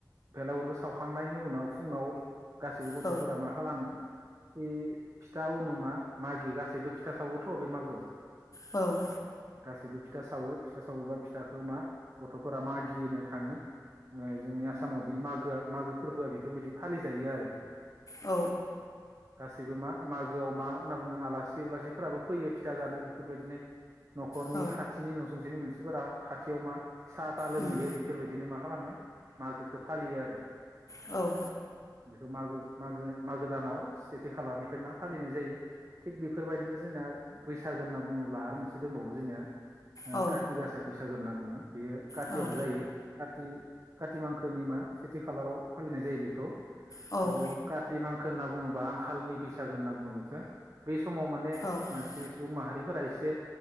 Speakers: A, on the right; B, on the left.
A: बेलागुरखो सावखांनायनि उनाव फुङाव गासिबो गथ'फोरा
B: औ
A: मा खालामनो बे फिथा उनु मा मागियो गासैबो फिथा सावोथ' बे मागोआव।
B: औ
A: गासैबो फिथा सावो फिथा सावोबा फिथाखौ मा गथ'फोरा मागिनो थाङो। ओ जोंनि आसामाव बे मागोआ मागो फोरबोआ बेफोरबायदि फालिजायो। आरो
B: औ
A: गासैबो मा मागोआव मा होनना बुङो आलासि उलासिफोराबो फैयो फिथा जानो। बेफोरबायदिनो न'खरनि
B: औ
A: खाथिनि न'सुंसेनि मानसि फोरा हाथियाव मा साहा दा लोंहैयो
B: उम
A: बेफोरबायदिनो मा खालामो मागोखो‌ फालियो आरो
B: औ
A: बेखौ मागो मागो मागो दानाव सेथि खालारनिफ्राय मा फालिनाय जायो। थिग बेफोरबायदिनो जोंना बैसागो होनना बुङोब्ला आरो मोनसे दंबावो जोंनिया ओ
B: औ
A: काति गासा बैसागो होनना बुङो बेयो कातियाव
B: औ औ
A: जायो। काति काति मांखोनि मा सेथि खालाराव फालिनाय जायो। बेखौ
B: औ
A: बेयाव काति मांखो होनना बुङोबा आंखालनि बैसागो होनना बुङो बेखौ बे समाव माने
B: औ
A: मानसि सुबुं माहारिफोरा एसे